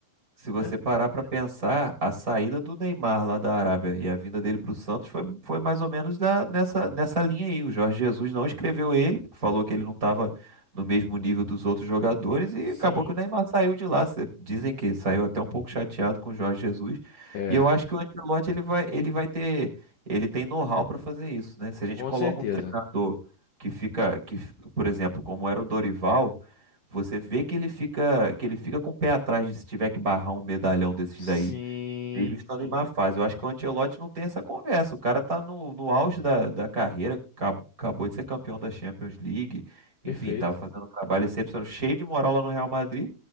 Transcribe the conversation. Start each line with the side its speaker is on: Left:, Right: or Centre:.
Right: Se você
Left: né?
Right: parar para pensar, a saída do Neymar lá da Arábia e a vinda dele para o Santos foi, foi mais ou menos da- nessa, nessa linha aí. O Jorge Jesus não escreveu ele, porque falou que ele não estava no mesmo nível dos outros jogadores e
Left: Sim.
Right: acabou que o Neymar saiu de lá. Cê- Dizem que saiu até um pouco chateado com o Jorge Jesus.
Left: É.
Right: E eu acho que o Ancelotti ele vai, ele vai ter, ele tem know-how para fazer isso, né? Se a gente
Left: Com
Right: coloca
Left: certeza.
Right: um treinador que fica, que, f- por exemplo, como era o Dorival você vê que ele fica, que ele fica com o pé atrás de se tiver que barrar um medalhão desses daí
Left: Sim.
Right: mesmo estando em má fase. Eu acho que o Ancelotti não tem essa conversa. O cara tá no, no auge da, da carreira, cab- acabou de ser campeão da Champions League.
Left: Perfeito.
Right: Enfim, tava fazendo um trabalho excepcional, cheio de moral lá no Real Madrid.